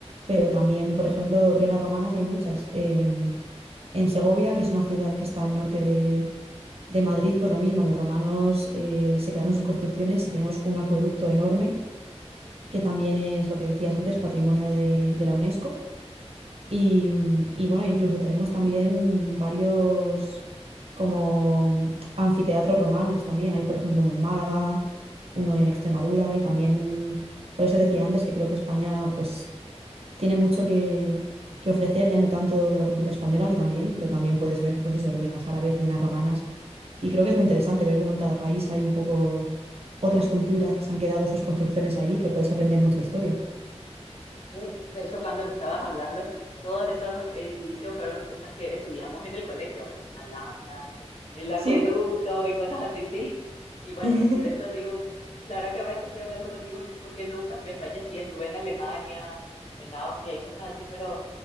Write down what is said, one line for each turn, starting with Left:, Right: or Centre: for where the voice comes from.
Right: pero también, por ejemplo, ruinas romanas hay muchas. Em, en Segovia, que es una ciudad que está al norte De Madrid, pues lo mismo, los romanos eh, se quedaron sus construcciones y tenemos un acueducto enorme, que también es lo que decías antes, patrimonio de, de la UNESCO. Y, mm, y bueno, incluso tenemos también varios como mm, anfiteatros romanos también. Hay, por ejemplo, uno en Málaga, uno en Extremadura y también, por eso decía antes que creo que España pues tiene mucho que, que ofrecer, ya no tanto de la cultura española que también, pero también puedes ver pues eso, ruinas árabes, ruinas romanas y creo que es muy interesante ver cómo en cada país hay un poco otras culturas que se han quedado sus construcciones ahí, que puedes aprender mucha historia.
Left: Mm, De hecho, cuando me estabas hablando, todos esos edificios fueron cosas que estudiamos en el colegio, ¿verdad? La Alhambra, el acueducto
Right: ¿Sí?
Left: y cosas así, sí. <laughs> Y bueno,
Right: <laughs>
Left: por eso digo, la verdad que ahora que estoy hablando contigo, no sé por qué nunca fui a España, sí, estuve en Alemania, en Austria y cosas así, pero